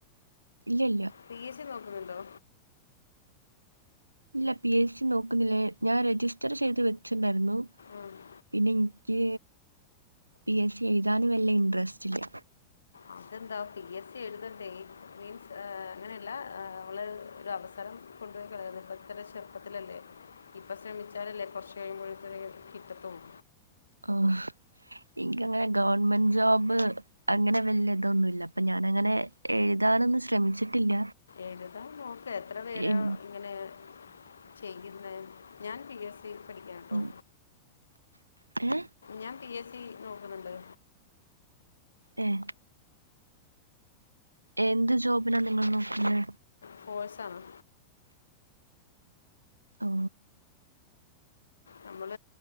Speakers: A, on the right; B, on the left.
A: ഇല്ല ഇല്ല
B: പി എസി നോക്കുന്നുണ്ടോ
A: ഇല്ല പി എസ് സി നോക്കുന്നില്ല ഞാൻ രജിസ്റ്റർ ചെയ്ത് വെച്ചിണ്ടായിരുന്നു
B: ആഹ്
A: പിന്നെ എനിക്ക് പി എസ് സി എഴുതാനും വല്ല ഇൻട്രസ്റ്റ് ഇല്ലേ
B: അതെന്താ പി എസ് സി എഴുതണ്ടേ മീൻസ് അങ്ങനെയല്ല നമ്മൾ ഒരു അവസരം കൊണ്ട് പോയി കളയുന്നേ ഇപ്പം തന്നെ ചെറുപ്പത്തിലല്ലേ ഇപ്പം ശ്രമിച്ചാലല്ലേ കുറച്ച് കഴിയുമ്പോഴത്തിനേ കിട്ടത്തുള്ളൂ
A: ആഹ് എനിക്ക് അങ്ങനെ ഗവൺമെന്റ് ജോബ് അങ്ങനെ വലിയ ഇതൊന്നുമില്ല അപ്പൊ ഞാൻ അങ്ങനെ എഴുതാനൊന്നും ശ്രമിച്ചിട്ടില്ല
B: എഴുതാൻ നോക്ക് എത്ര പേരാ
A: എം,
B: ഇങ്ങനെ ചെയ്യുന്നേ ഞാൻ പി എസ് സി പഠിക്ക കേട്ടോ
A: ഉം, ഏ
B: ഞാൻ പി എസ് സി നോക്കുന്നുണ്ട്
A: ഏഹ് എന്ത് ജോബിനാ നിങ്ങൾ നോക്കുന്നേ
B: ഫോവേഴ്സ് ആണ്
A: ഓ
B: നമ്മൾ